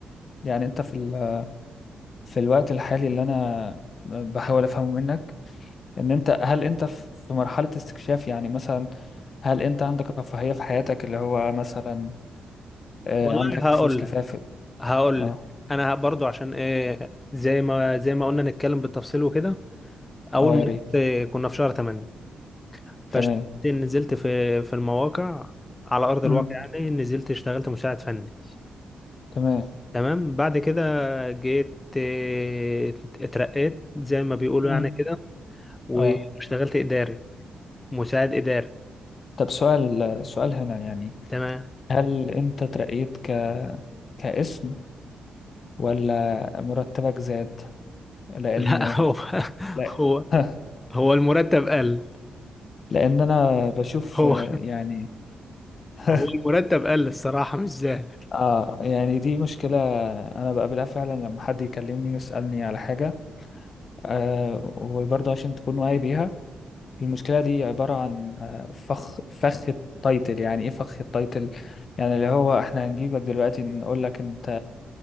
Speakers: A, on the left (about 50°); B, on the left (about 20°).
A: يعني انت في ال... في الوقت الحالي اللي انا بحاول افهمه منك ان انت هل انت في في مرحلة استكشاف يعني مثلا هل انت عندك رفاهية في حياتك اللي هو مثلا آه،
B: والله
A: عندك
B: هقول
A: فلوس كفاية
B: لك
A: في...
B: هقول
A: اه
B: لك انا برضو عشان ايه زي ما زي ما قلنا نتكلم بالتفصيل وكده اول
A: اه
B: ما
A: يا ريت
B: رحت كنا في شهر 8 فاشتغلت
A: تمام
B: نزلت في في المواقع على ارض
A: امم
B: الواقع يعني نزلت اشتغلت مساعد فني
A: تمام
B: تمام بعد كده جيت آه، اترقيت زي ما بيقولوا
A: امم
B: يعني كده واشتغلت
A: اه
B: إداري مساعد إداري
A: طب سؤال سؤال هنا يعني
B: تمام <laughs>
A: هل انت ترقيت ك كاسم ولا مرتبك زاد لان
B: لا هو
A: لا
B: هو
A: <laughs>
B: هو المرتب قل
A: لان انا بشوف
B: هو
A: آه، يعني <laughs>
B: هو المرتب قل الصراحة مش زاهر
A: اه يعني دي مشكلة انا بقابلها فعلا لما حد يكلمني يسألني على حاجة آه وبرضه عشان تكون واعي بيها المشكلة دي عبارة عن آه، فخ فخ التايتل يعني ايه فخ التايتل يعني اللي هو احنا هنجيبك دلوقتي نقول لك انت